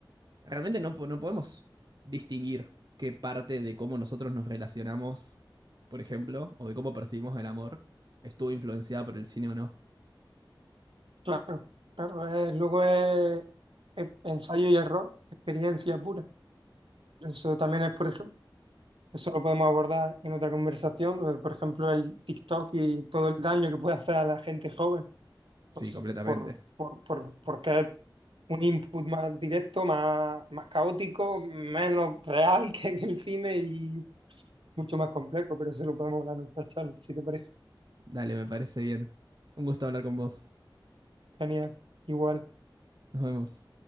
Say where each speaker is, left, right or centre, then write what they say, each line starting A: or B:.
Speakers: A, on the right (about 55°); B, on the right (about 80°).
A: realmente no, po- no podemos distinguir qué parte de cómo nosotros nos relacionamos, por ejemplo, o de cómo percibimos el amor, estuvo influenciada por el cine o no.
B: Claro, claro, es- luego es, es ensayo y error, experiencia pura. Eso también es, por ejemplo, eso lo podemos abordar en otra conversación, lo de, por ejemplo, el TikTok y todo el daño que puede hacer a la gente joven, pues
A: Sí, completamente.
B: por, por, por, porque es un input más directo, más, más caótico, menos real <laughs> que en el cine y mucho más complejo, pero eso lo podemos hablar en otra charla, si te parece.
A: Dale, me parece bien. Un gusto hablar con vos.
B: Genial, igual.
A: Nos vemos.